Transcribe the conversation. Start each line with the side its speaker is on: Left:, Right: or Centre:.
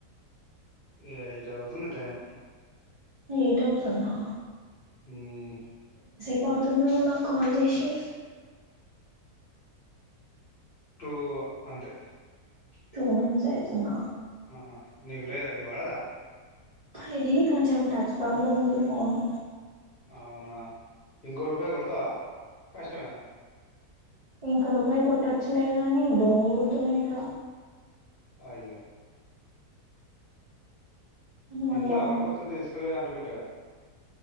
Left: ఏయిట్ అవుతుంది టైం
Right: ఏటవుతుందా
Left: హ్మ్
Right: పోతుందా నాకు కాల్ జేసి
Left: టూ అంతే
Right: టూ మినిట్స్ అయితున్న
Left: ఆ నీగి లేదా నీ బాలేదా
Right: ఇది కొంచెం టచ్ ప్రాబ్లం ఉంది ఫోను
Left: అవునా ఇంకో రూపాయి కొడతావా కష్టమేనా
Right: ఇంకో రూపాయి కొట్టొచ్చులే గానీ దోమలు కుడుతున్నాయి ఇక్కడ
Left: అయ్యో
Right: మళ్ళా
Left: ఇంట్లో అగరబత్తు ఉంటే తీసుకవోయి అంటు బె ట్టడ